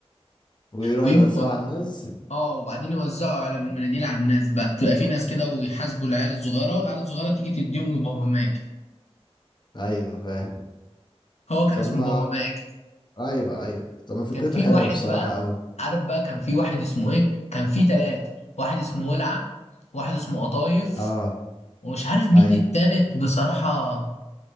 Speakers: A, on the left; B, on the left.
A: ويروح
B: ويجوا
A: يوزعه
B: موز...
A: على الناس
B: اه وبعدين يوزعوا علب المناديل على الناس بقى تبقى في ناس كده ويحاسبوا العيال الصغيره والعيال الصغيره تيجي تديهم لبابا ماجد
A: ايوه فاهم
B: هو كان
A: ثم
B: اسمه بابا ماجد
A: ايوه ايوه طب ما فكرته
B: كان في
A: حلوه
B: واحد
A: بصراحة
B: بقى
A: قوي
B: عارف بقى كان في واحد اسمه ايه كان في ثلاثه واحد اسمه ولعه واحد اسمه قطايف
A: اه
B: ومش عارف مين
A: ايوه
B: التالت بصراحة